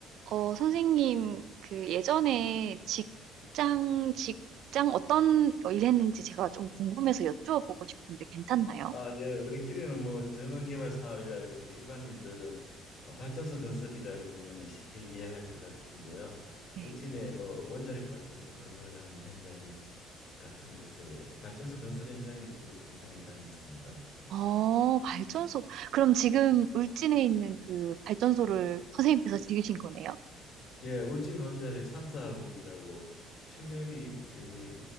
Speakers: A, on the right; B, on the left.
A: 어, 선생님, 그 예전에 직장, 직장 어떤 일 했는지 제가 좀 궁금해서 여쭈어보고 싶은데 괜찮나요?
B: 아, 아, 예. 우리끼리는 뭐 전원개발 사업이라 그러는데 일반인들은 어, 발전소 건설이라 그러면은 쉽게 이해할 것 같은데요.
A: 네.
B: 울진에 뭐 원자력 발전소 건설하는 현장이 같은 곳에 발전소 건설 현장에 주로 평생을 다녔습니다.
A: 어, 발전소. 그럼 지금 울진에 있는 그 발전소를 선생님께서 지으신 거네요?
B: 예, 울진 원자력 3사국이라고 출력이 예,